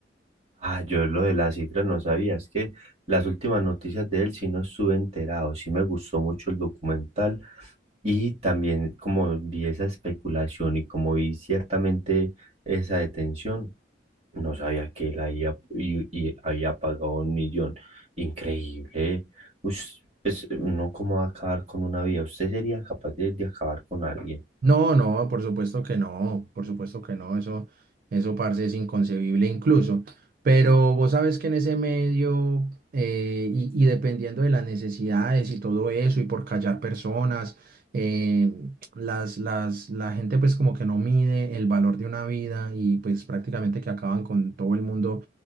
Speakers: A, on the right; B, on the right.
A: Ah, yo lo de las cifras no sabía, es que las últimas noticias de él sí no estuve enterado, sí me gustó mucho el documental. Y también como vi esa especulación y como vi ciertamente esa detención, no sabía que él había, y, y había pagado un millón. Increíble. Ush, pues, no cómo va a acabar con una vida. ¿Usted sería capaz de, de acabar con alguien?
B: No, no, por supuesto que no, por supuesto que no, eso, eso, parce, es inconcebible incluso. Pero vos sabes que en ese medio, eh, y, y dependiendo de las necesidades y todo eso, y por callar personas, eh, las, las, la gente pues como que no mide el valor de una vida y pues prácticamente que acaban con todo el mundo